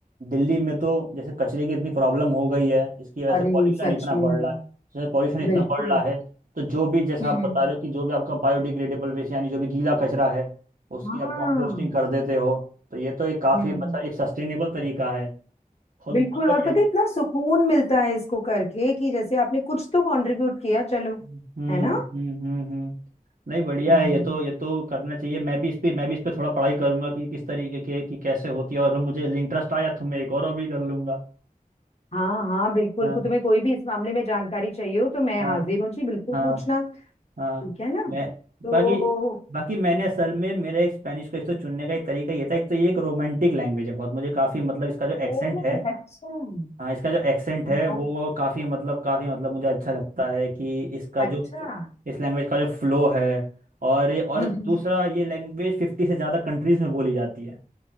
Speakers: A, on the right; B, on the left.
A: दिल्ली में तो जैसे कचरे की इतनी प्रॉब्लम हो गई है इसकी वजह से
B: अरे
A: पॉल्यूशन
B: सच
A: इतना
B: में
A: बढ़ रहा है जैसे पॉल्यूशन इतना
B: बिल्कुल
A: बढ़ रहा है तो जो भी जैसा
B: हम्म
A: आप बता रहे हो कि जो भी आपका बायोडिग्रेडेबल वेस्ट यानी जो भी गीला कचरा है उसकी
B: हाँ
A: आप कंपोस्टिंग कर देते हो तो ये तो एक काफी
B: हम्म
A: मतलब एक सस्टेनेबल तरीका है बहुत
B: बिल्कुल
A: बहुत बढ़िया
B: और पता है
A: है।
B: इतना सुकून मिलता है इसको करके कि जैसे आपने कुछ तो कंट्रीब्यूट किया चलो
A: हम्म
B: है ना
A: हम्म हम्म हम्म। नहीं बढ़िया
B: हम्म,
A: है ये तो ये तो करना चाहिए मैं भी इस पे मैं भी इस पे थोड़ा पढ़ाई करूंगा कि किस तरीके के कि कैसे होती है और मुझे इंटरेस्ट आया तो मैं एक और भी कर लूंगा
B: हाँ हाँ बिल्कुल
A: हाँ
B: को तुम्हें कोई भी इस मामले में जानकारी चाहिए हो तो मैं
A: हाँ
B: हाजिर हूँ जी बिल्कुल
A: हाँ
B: पूछना
A: हाँ
B: ठीक है ना
A: मैं
B: तो
A: बाकी बाकी मैंने असल में मेरे एक स्पेनिश को एक तो चुनने का एक तरीका ये था एक तो ये एक रोमांटिक लैंग्वेज है बहुत मुझे काफ़ी मतलब इसका जो एक्सेंट
B: ओ
A: है
B: अच्छा हाँ,
A: हाँ इसका जो एक्सेंट
B: हाँ,
A: है वो काफ़ी मतलब काफ़ी मतलब मुझे अच्छा लगता है कि इसका
B: अच्छा
A: जो इस लैंग्वेज का जो फ्लो है और ये और
B: हम्म हम्म
A: दूसरा ये लैंग्वेज फिफ्टी से ज़्यादा कंट्रीज़ में बोली जाती है